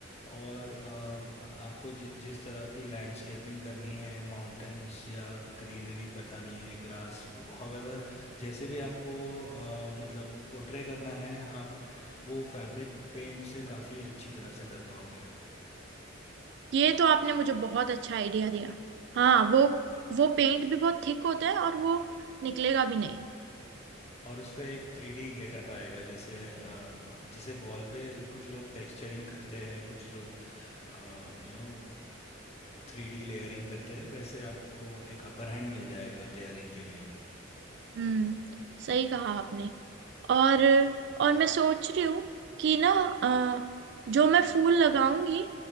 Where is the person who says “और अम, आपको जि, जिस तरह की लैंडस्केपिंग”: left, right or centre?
Left